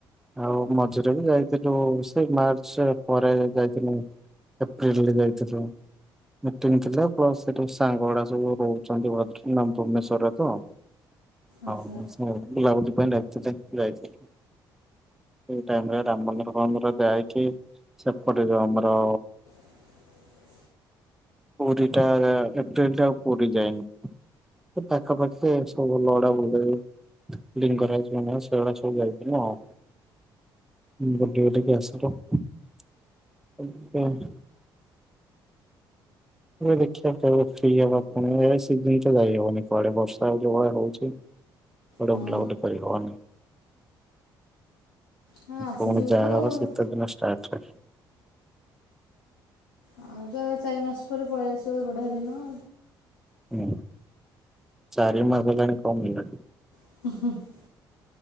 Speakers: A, in the centre; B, on the left.
A: ଆଉ ମଝିରେ ବି ଯାଇଥିଲୁ ସେଇ ମାର୍ଚ୍ଚ ପରେ ଯାଇଥିଲୁ। ଏପ୍ରିଲ ରେ ଯାଇଥିଲୁ। ମିଟିଙ୍ଗ ଥିଲା ପ୍ଲସ ସେଠୁ ସାଙ୍ଗଗୁଡା ସବୁ ରହୁଛନ୍ତି ଭ୍ର ମାନେ ଭୁବନେଶ୍୍ୱର ତ
B: ଆଚ୍ଛା
A: ଆଉ ସେମାନେ ବୁଲାବୁଲି ପାଇଁ ଡାକିଥିଲେ ଯାଇଥିଲି। ସେଇ ଟାଇମ ରେ ରାମ ମନ୍ଦିର ଫନ୍ଦୀର ଯାଇକି ସେପଟେ ଯଉ ଆମର
B: <inaudible>
A: ପୁରୀଟା ଏପ୍ରିଲ ଟା ଆଉ ପୁରୀ ଯାଇନି। ପାଖାପାଖି ସବୁ ଭଲ ଗୁଡ଼ା ବୁଲିଦବୁ। ଲିଙ୍ଗ ରାଜ ମନ୍ଦୀର ସେଗୁଡ଼ା ସବୁ ଯାଇଥିଲୁ ଆଉ। ଏବେ ଡିଉଟି କୁ ଆସିଲୁ <unintelligible> ଏବେ ଦେଖିବା କୁଆଡେ଼ ଗୋଟେ ଫ୍ରୀ ହେବା ଏ ସିଜିନ୍ ତ ଯାଇ ହବନି କୁଆଡ଼େ ବର୍ଷା ଯଉ ଭଳିଆ ହଉଛି। କୁଆଡ଼େ
B: ହଁ
A: ବୁଲାବୁଲି କରି ହବନି।
B: ହଁ ଆସିଯିବ
A: ପୁଣି ଯାହା
B: ତ
A: ହବ
B: ଆଉ।
A: ଶୀତ ଦିନେ ଷ୍ଟାର୍ଟ।
B: ଆଉ ତ ଚାରି ମାସ ପରେ ପଳେଇ ଆସିବ ବଢ଼ିଆ ଦିନ।
A: ହୁଁ ଚାରି ମାସହେଲାଣି କମ୍ ହେଲାଣି।
B: <unintelligible>